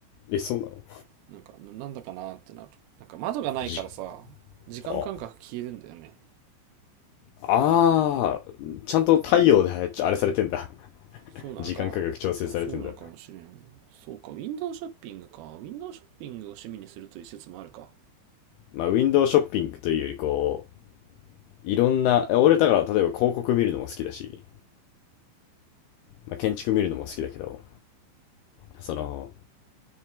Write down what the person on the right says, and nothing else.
なんか、ななんだかなってなる。なんか窓がないからさ、
時間感覚消えるんだよね。
そうなのかな。
そうそうなのかもしれん。そうか、ウィンドウショッピングか。ウィンドウショッピングを趣味にするという説もあるか。